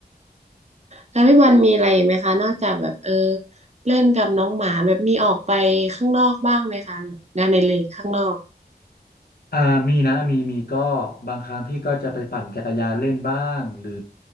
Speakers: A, on the right; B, on the left.
A: แล้วพี่บอลมีอะไรอีกไหมคะนอกจากแบบเออเล่นกับน้องหมาแบบมีออกไปข้างนอกบ้างไหมคะงานในเรกข้างนอก
B: อ่ามีนะมีมี ก็บางครั้งพี่ก็จะไปปั่นจักรยานเล่นบ้าง หรือ